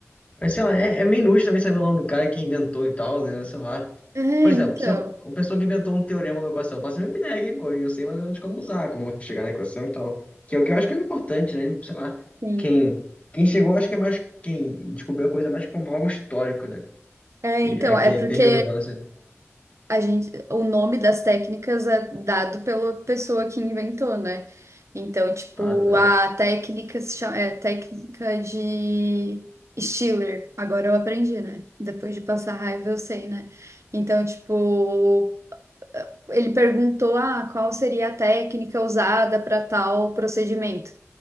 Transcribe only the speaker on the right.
É,
então.
sim.
É,
então,
é porque
a gente, o nome das técnicas é dado pela pessoa que inventou, né? Então, tipo,
a técnica se chama, é técnica de Stiller. Agora eu aprendi, né? Depois de passar raiva, eu sei, né? Então, tipo, ele perguntou, ah, qual seria a técnica usada para tal procedimento.